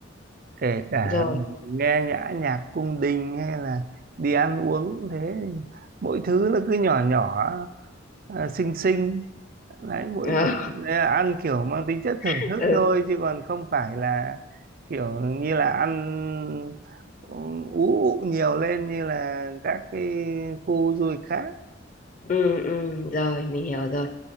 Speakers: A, on the right (about 45°); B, on the left (about 40°).
A: kể cả
B: rồi.
A: nghe nhã nhạc cung đình hay là đi ăn uống cũng thế mỗi thứ nó cứ nhỏ nhỏ à, xinh xinh đấy mỗi
B: Ờ,
A: ăn kiểu mang tính chất thưởng
B: <laughs>
A: thức
B: ừ.
A: thôi chứ còn không phải là kiểu như là ăn ừ, ú ụ nhiều lên như là các cái khu du lịch khác
B: ừ ừ rồi mình hiểu rồi